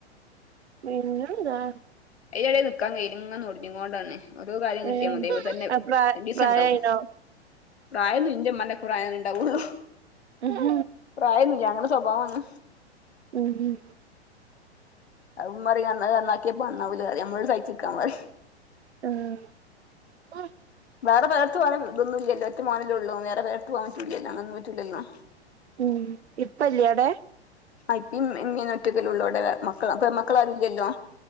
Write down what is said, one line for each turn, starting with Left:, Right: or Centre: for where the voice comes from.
Right: പിന്നെന്താ
Left: അതിട നിൽക്കാൻ കയ്യിലൽങ്ങന്ന്ഓടഞ്ഞ കൊണ്ടാണ ഓരോ കാര്യം കിട്ടാ
Right: ഏ
Left: അത്പ
Right: അത് പ്രാ
Left: രണ്ടിസാണ്ടാവും
Right: പ്രായായിണോ
Left: പ്രായമ്ന്റ്മ്മാന്റക്ക പ്രായന്നണ്ടാവുള്ളു
Right: ഉം
Left: പ്രായന്നുല്യ ഞങ്ങള സ്വഭാവാണ്
Right: ഉം ഉം
Left: അത് മ്മറിയും അന്ന് നന്നാക്കിയപ്പോ അന്നാവൂലാര്യ നമ്മളട് സഹിച്ചിക്കാ പറിം
Right: ആഹ്
Left: വേറെ പേർത്ത് പോനാന് തൊന്നുല്യല്ലോ ഒറ്റ മോനല്ലേള്ളോ വേറെ പേർത്ത് പോവാറ്റൂലല്ല അങ്ങന്നും പറ്റൂല്ലല്ലോ
Right: ഉം ഇപ്പല്ല്യാടെ
Left: ആ ഇപ്പേം ഇമ്മേ ഒറ്റക്കല്ലള്ളൂ അടെ മക്കള അപ്പ മക്കളാരുല്ല്യല്ലോ